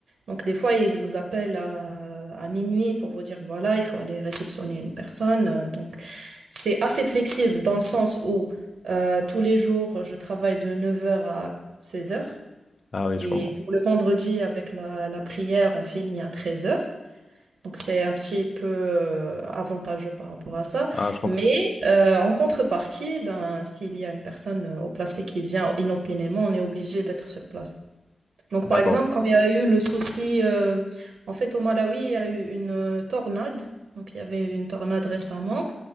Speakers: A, on the right; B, on the left.
A: Donc, des fois, ils vous appellent à, à minuit pour vous dire, voilà, il faut aller réceptionner une personne. Euh, Donc, C'est assez flexible dans le sens où euh, tous les jours, je travaille de 9 heures à 16 heures
B: Ah oui,
A: Et
B: je comprends.
A: pour le vendredi, avec la, la prière, on finit à 13 heures Donc c'est un petit peu euh, avantageux par rapport à ça.
B: Ah, je comprends.
A: Mais euh, en contrepartie, ben, s'il y a une personne euh, au placé qui vient inopinément, on est obligé d'être sur place. Donc
B: D'accord.
A: par exemple, quand il y a eu le souci, euh, en fait au Malawi, il y a eu une euh, tornade. Donc il y avait une tornade récemment.